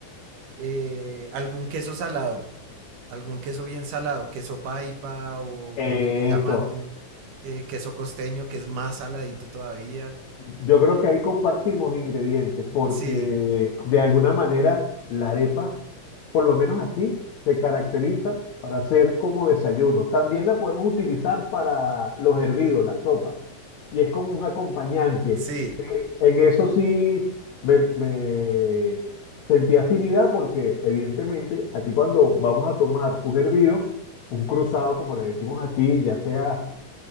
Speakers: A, on the right; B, on the left.
A: eh, algún queso salado, algún queso bien salado, queso paipa o
B: eh,
A: lo que aquí llaman
B: eso.
A: eh, queso costeño, que es más saladito todavía.
B: Yo creo que ahí compartimos ingredientes porque
A: Sí,
B: de alguna manera la arepa, por lo menos aquí, se caracteriza para ser como desayuno. También la podemos utilizar para los hervidos, la sopa, y es como un acompañante.
A: sí,
B: Eh, En eso sí me, me sentí afinidad porque evidentemente aquí cuando vamos a tomar un hervido, un cruzado, como le decimos aquí, ya sea